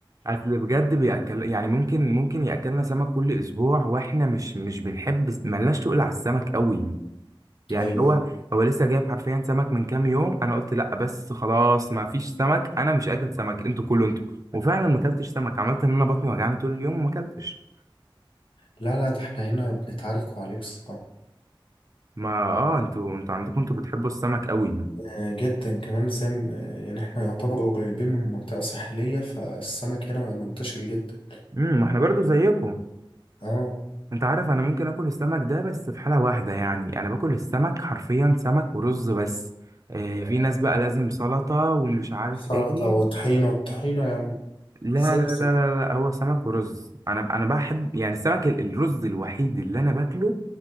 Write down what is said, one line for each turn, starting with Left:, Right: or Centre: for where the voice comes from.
Right: اصل بجد بياكل يعني ممكن ممكن ياكلنا سمك كل اسبوع واحنا مش مش بنحب ملناش تقول على السمك قوي يعني
Left: ايوه
Right: هو
Left: ايوه
Right: هو لسه جايب حرفيا سمك من كام يوم انا قلت لا بس خلاص ما فيش سمك انا مش اكل سمك انتوا كلوا انتوا وفعلا ما اكلتش سمك عملت ان انا بطني وجعني طول اليوم وما اكلتش
Left: لا لا ده احنا هنا بنتعاركوا عليه بصراحة
Right: ما اه انتوا انتوا عندكم انتوا بتحبوا السمك قوي
Left: آه، جدا كمان زي ما- آه، يعني احنا يعتبر قريبين من منطقة ساحلية فالسمك هنا منتشر جدا
Right: امم ما احنا برضو زيكم
Left: اه
Right: انت عارف انا ممكن اكل السمك ده بس في حالة واحدة يعني انا باكل السمك حرفيا سمك ورز بس آه، في ناس بقى لازم سلطة ومش عارف
Left: سلطة
Right: ايه
Left: وطحينة الطحينة يا عم
Right: لا
Left: ازاي
Right: لا
Left: نسيت
Right: لا لا لا هو سمك ورز انا انا بحب يعني السمك ال- الرز الوحيد اللي انا باكله